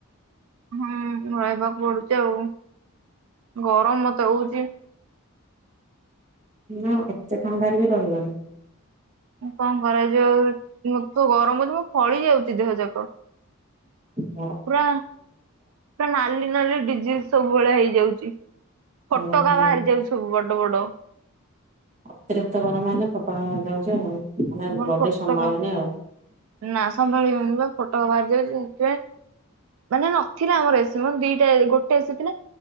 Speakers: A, on the right (about 70°); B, on the right (about 35°).
A: ହୁଁ ରହିବାକୁ ପଡୁଛି ଆଉ ଗରମ ମତେ ହଉଚି।
B: ନା ଏତେ ଥଣ୍ଡାରେ ବି ରହିବନି।
A: କଣ କରାଯିବ ଆ ତୁ ଗରମ ଅଛି ମୁଁ ଫଳି ଯାଉଛି ଦେହ ଯାକ।
B: ହଁ।
A: ପୁରୁରା ପୁରା ନଲି ନଲେ ଡିଜିସ୍। ସବୁବେଳେ ହେଇଯାଉଛି ଫୋଟକା
B: ଓ ହୋ
A: ବାହାରି ଯାଉଛି ସବୁ ବଡ ବଡ।
B: ଅତିରିକ୍ତ ବର ମାନେ ଫୋପା ଯାଉଛି ଆଉ। ମାନେ
A: ମୋର
B: ବଡି
A: ଫୋଟ
B: ସମ୍ଭାଳୁନି
A: କା
B: ଆଉ।
A: ନା ସମ୍ଭାଳିିବନି ବା ଫୋଟୋକା ବାହାରି ଯାଉଛି ସେଥି ପାଇ ମାନେ ନଥିଲା ଆମର ଏସି ମେ ଦିଟା ଗୋଟେ ଏସି ଥିଲା